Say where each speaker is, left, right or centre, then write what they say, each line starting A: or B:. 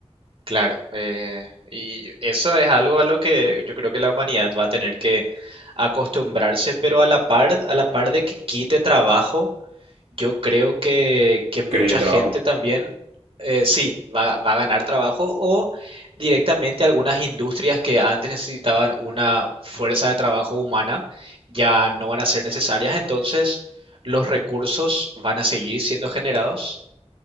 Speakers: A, on the right (about 55°); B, on the right (about 75°).
A: Claro, eh, y eso es algo a lo que yo creo que la humanidad va a tener que acostumbrarse, pero a la par, a la par de que quite trabajo, yo creo que, que mucha
B: Creo de trabajo.
A: gente también, eh, sí, va, va a ganar trabajo o directamente algunas industrias que antes necesitaban una fuerza de trabajo humana ya no van a ser necesarias, entonces los recursos van a seguir siendo generados